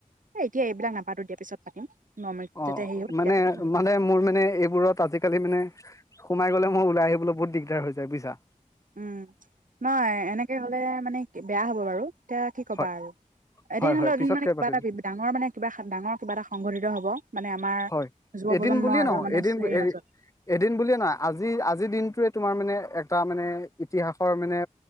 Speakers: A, on the right (about 75°); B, on the left (about 25°).
A: এ এতিয়া এইবিলাক নাপাটো দিয়া পিছত পাতিম। নৰ্মেল
B: অ'
A: যেতিয়া হেৰি হ'ব তেতিয়া
B: মানে,
A: পাতিম দিয়া
B: মানে মোৰ মানে এইবোৰত আজি কালি মানে সোমাই গ'লে মই ওলাই আহিবলৈ বহুত দিগদাৰ হৈ যায় বুইছা।
A: উমঁ' নহয় এনেকে হ'লে মানে বেয়া হ'ব বাৰু, এতিয়া কি কবা
B: হয়
A: আৰু। এদিন
B: হয়
A: হ'লেও
B: হয়
A: এদিন
B: পিছতকে
A: মানে কিবা
B: পাতিম
A: এটা বিপ, ডাঙৰ মানে কিবা ডাঙৰ কিবা এটা সংঘটিত হ'ব। মানে আমাৰ
B: হয়
A: যুৱ-প্ৰজন্ম
B: এদিন বুলিয়ে
A: আৰু
B: নহয়
A: মানে
B: এদিন
A: হেৰি মাজত।
B: এদিন বুলিয়ে নহয়, আজি আজিৰ দিনটোৱে তোমাৰ মানে এটা মানে ইতিহাসৰ মানে